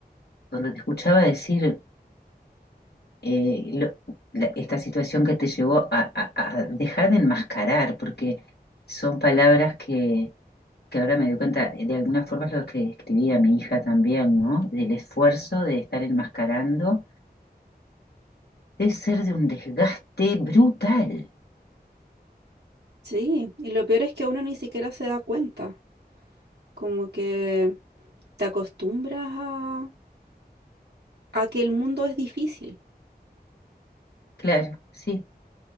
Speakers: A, on the left; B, on the right.
A: cuando te escuchaba decir eh, lo- la- esta situación que te llevó a, a- a dejar de enmascarar, porque son palabras que que ahora me doy cuenta, eh, de alguna forma es lo que escribía mi hija también, ¿no? Del esfuerzo de estar enmascarando, debe ser de un desgaste brutal.
B: Sí, y lo peor es que uno ni siquiera se da cuenta, como que te acostumbras a, a que el mundo es difícil.
A: Claro, sí,